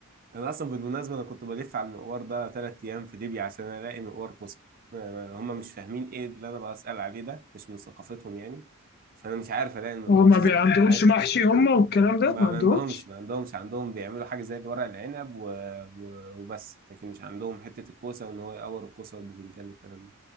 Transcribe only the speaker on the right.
انا اصلا بالمناسبه انا كنت بلف على المقوار ده ثلاث ايام في ليبيا عشان الاقي مقوار كوسه أنا- هم مش فاهمين ايه اللي انا بسال عليه ده مش من ثقافتهم يعني فانا مش عارف الاقي المقوار
<laughs>
ما
ما
عندهمش ما عندهمش عندهم بيعملوا حاجة زي ورق العنب و... و... وبس لكن مش عندهم حتة الكوسة وإن هو يقور الكوسة والبتنجان والكلام ده